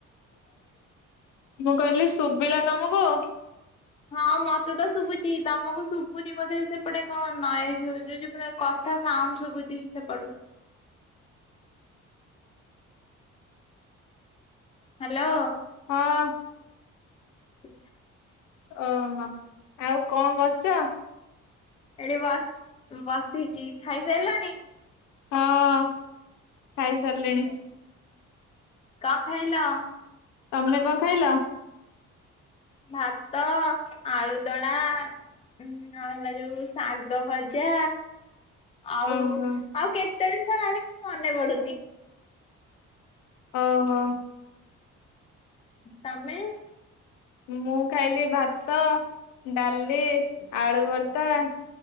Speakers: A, on the left (about 80°); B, on the left (about 20°).
A: ମୁଁ କହିଲି ଶୁଭିଲା ତମକୁ।
B: ହଁ ମତେ ତ ଶୁଭୁଚି ତମକୁ ଶୁଭୁନି ବୋଧେ ସେପଟେ କଣ ନଏଜ କଥା ସାଉଣ୍ଡ ଶୁଭୁଛି ସେପଟୁ। ହ୍ୟାଲୋ।
A: ହଁ।
B: ସେ
A: ଓହୋ ଆଉ କଣ କରଛ?
B: ଏଠି ବା ବାସିଛି ଖାଇସାରିଲାଣି।
A: ହଁ ଖାଇସାରିଲେଣି।
B: କା ଖାଇଲ।
A: ତମେ କଣ ଖାଇଲ?
B: ଭାତ ଆଳୁଦଳା ଆଉ ହେଲା ଯୋଉ ଶାଗ ଭଜା। ଆଉ
A: ଓହୋ
B: ଆଉ କେତେ ଜିନଷ ହେଲି ମନେ ପଡ଼ୁନି।
A: ହଁ ହଁ।
B: ତମେ?
A: ମୁଁ ଖାଇଲି ଭାତ ଡାଲି ଆଳୁ ଭର୍ତା